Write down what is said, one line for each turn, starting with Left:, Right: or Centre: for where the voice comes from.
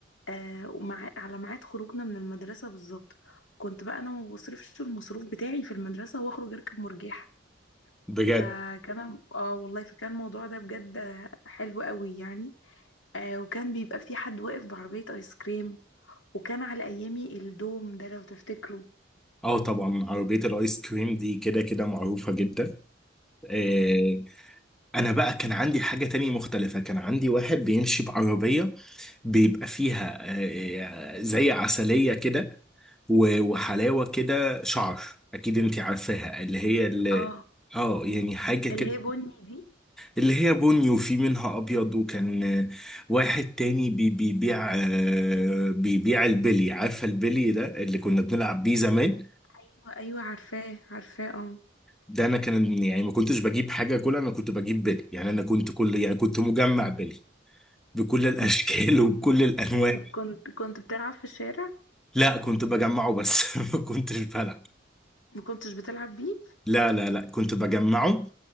Left: آه ومع على ميعاد خروجنا من المدرسه بالظبط كنت بقى انا ما بصرفش المصروف بتاعي في المدرسه واخرج اركب مرجحه
Centre: بجد
Left: فكان اه والله فكان الموضوع ده بجد حلو قوي يعني آه وكان بيبقى في حد واقف بعربية ايس كريم وكان على ايامي الدوم ده لو تفتكروا
Centre: اه طبعا عربية الايس كريم دي كده كده معروفة جدا آه انا بقى كان عندي حاجة تانية مختلفة كان عندي واحد بيمشي بعربية بيبقى فيها آه، زي عسلية كده و- وحلاوة كده شعر اكيد انتي عارفاها اللي هي اللي
Left: اه
Centre: اه يعني حاجة كده
Left: اللي هي بني دي
Centre: اللي هي بني وفي منها ابيض وكان آه، واحد تاني بي- بيبيع آه، بيبيع البلي عارفة البلي ده اللي كنا بنلعب بيه زمان
Left: ايوه ايوه عارفاه عارفاه اه
Centre: ده انا كان يعني ما كنتش بجيب حاجة كلها انا كنت بجيب بلي يعني انا كنت كل يعني كنت مجمع بلي بكل الاشكال
Left: <laughs>
Centre: وبكل الانواع
Left: كنت كنت بتلعب في الشارع
Centre: لا كنت بجمعه بس <laughs> ما كنتش بلعب
Left: ما كنتش بتلعب بيه
Centre: لا لا لا كنت بجمعه